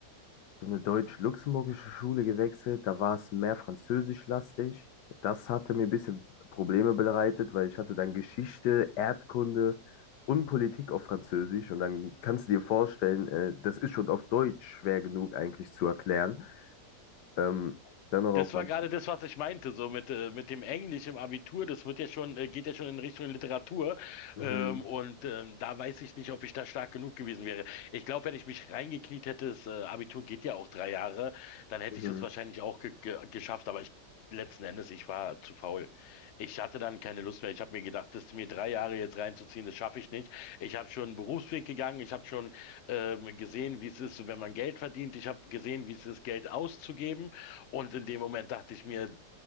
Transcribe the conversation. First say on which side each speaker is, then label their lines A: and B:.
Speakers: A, on the left; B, on the left.
A: so eine deutsch-luxemburgische Schule gewechselt. Da war es mehr französischlastig. Das hatte mir ein bisschen Probleme bereitet, weil ich hatte dann Geschichte, Erdkunde und Politik auf Französisch. Und dann kannst du dir vorstellen, äh, das ist schon auf Deutsch schwer genug eigentlich zu erklären. Ähm, dann noch
B: Das
A: auf Französisch.
B: war gerade das, was ich meinte, so mit, äh, mit dem Englisch im Abitur, das wird ja schon, äh, geht ja schon in Richtung Literatur.
A: Mhm.
B: Ähm, und ähm, da weiß ich nicht, ob ich da stark genug gewesen wäre. Ich glaube, wenn ich mich reingekniet hätte, das äh, Abitur geht ja auch drei Jahre, dann hätte
A: Mhm.
B: ich das wahrscheinlich auch ge ge geschafft, aber ich letzten Endes, ich war zu faul. Ich hatte dann keine Lust mehr. Ich habe mir gedacht, das mir drei Jahre jetzt reinzuziehen, das schaffe ich nicht. Ich habe schon einen Berufsweg gegangen, ich habe schon ähm, gesehen, wie es ist, wenn man Geld verdient, ich habe gesehen, wie es ist, Geld auszugeben. Und in dem Moment dachte ich mir,